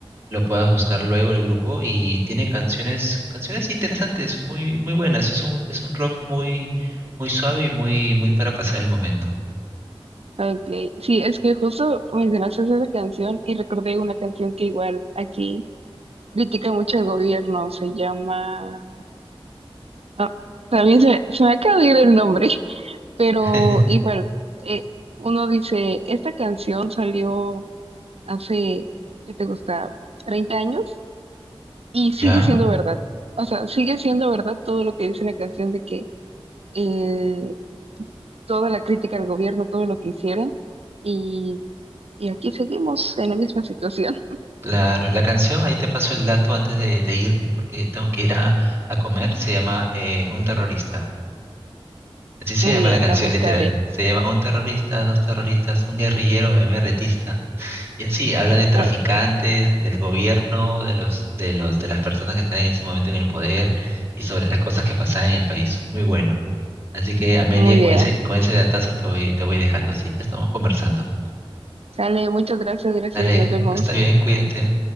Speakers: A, on the right; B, on the right.
A: lo puedas buscar luego el grupo. Y tiene canciones, canciones interesantes, muy, muy buenas. Es un, es un rock muy, muy suave y muy, muy para pasar el momento.
B: okay. Sí, es que justo mencionaste esa canción y recordé una canción que igual aquí critica mucho el gobierno, se llama... No, también se, se me acaba de ir el nombre, <laughs> pero
A: <laughs>
B: igual, eh, uno dice, esta canción salió hace, ¿qué te gusta? treinta años y
A: ¿Ya?
B: sigue siendo verdad. O sea, sigue siendo verdad todo lo que dice la canción de que eh, toda la crítica al gobierno, todo lo que hicieron y, y aquí seguimos en la misma situación.
A: Claro, la canción, ahí te paso el dato antes de, de irme, porque tengo que ir a, a comer, se llama eh, Un terrorista.
B: <laughs>
A: Así se
B: Muy
A: llama
B: bien,
A: la canción,
B: la buscaré.
A: literal. Se llama Un terrorista, dos terroristas, un guerrillero MRTista. Y así, habla de traficantes,
B: Ah,
A: del gobierno, de los, de los, de las personas que están en ese momento en el poder y sobre las cosas que pasan en el país. Muy bueno. Así que, Amelia,
B: muy
A: con
B: bien.
A: ese, con ese datazo te voy, te voy dejando, ¿sí? Estamos conversando.
B: Sale, muchas gracias, gracias,
A: Dale,
B: nos vemos.
A: está bien, cuídate.